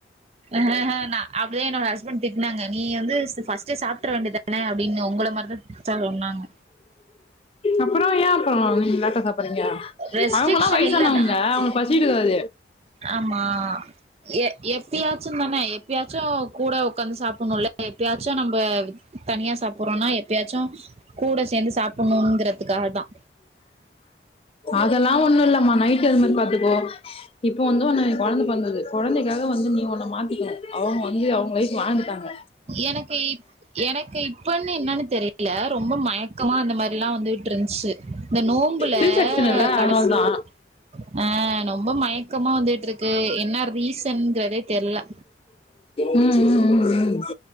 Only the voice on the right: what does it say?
ஆஹஹ நா என்னோட ஹஸ்பண்ட் திட்னாங்க நீ வந்து சாப்ட்டுற வேண்டிதானே அப்படின்னு உங்கள மாரி தான் சொன்னாங்க
ரெஸ்ட்ரிகஷன்
இல்ல தான்
ஆமா எப்பாச்சும் தானே எப்பயாச்சும் கூட உக்காந்து சாப்பிடணும்ல்ல எப்பயாச்சும் நம்ம தனியா சாப்பிடுறோம்னா எப்பயாச்சும் கூட சேர்ந்து சாப்பிடணும்ங்கிறதுக்காக தான்
எனக்கு எனக்கு இப்பன்னு என்னன்னு தெரியல ரொம்ப மயக்கமா அந்த மாதிரி எல்லாம் வந்துட்டு இருந்துச்சு இந்த நோன்ம்புல
கடைசில
ஆ ரொம்ப மயக்கமா வந்துட்டு இருக்கு என்ன ரீசன்ங்கிறதே தெர்ல